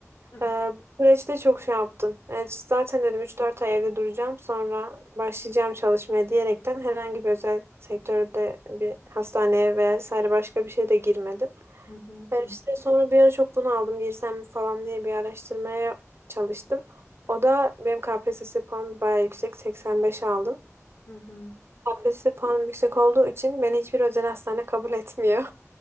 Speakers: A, on the left; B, on the right.
A: hı hı,
B: Ee, bu süreçte çok şey yaptım. Yani zaten dedim üç dört ay evde duracağım sonra başlayacağım çalışmaya diyerekten herhangi bir özel sektörde bir hastaneye vesaire başka bir şeye de girmedim.
A: hı hı,
B: Ee, işte sonra bir ara çok bunu aldım girsem mi falan diye bir araştırmaya çalıştım. O da benim KPSS puanım bayağı yüksek 85 aldım.
A: hı hı.
B: KPSS puanım yüksek olduğu için beni hiçbir özel hastane kabul etmiyor.